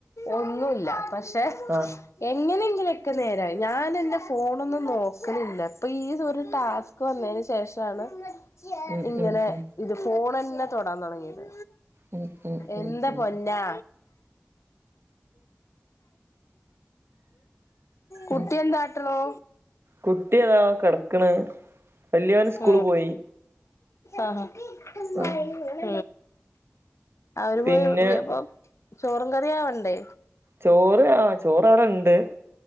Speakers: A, on the left (about 75°); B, on the right (about 55°).
A: ഒന്നൂല്ല. പക്ഷെ
B: ആഹ്
A: എങ്ങനെങ്കിലൊക്കെ നേരായി ഞാനെൻ്റെ ഫോണൊന്നും നോക്കണില്ല. ഇപ്പൊ ഈ ഒരു ടാസ് ക് വന്നയ്ന് ശേഷാണ്
B: ഉം
A: ഇങ്ങനെ
B: ഉം ഉം
A: ഇത് ഫോൺന്നെ തൊടാ തുടങ്ങിയത്
B: ഉം ഉം ഉം
A: എന്താ
B: ഉം
A: പൊന്നാ കുട്ടി
B: ഉം
A: എന്താട്ടണൂ.
B: കുട്ടി അതാ കിടക്കണ്. വല്യോന് സ്കൂള്
A: ഉം
B: പോയി
A: ആഹ് ഉം
B: ആഹ്
A: അവര്
B: പിന്നെ
A: പോയി വേമ്പം ചോറും കറീം ആവണ്ടേ.
B: ചോറ് ആഹ് ചോറ് അടെണ്ട്.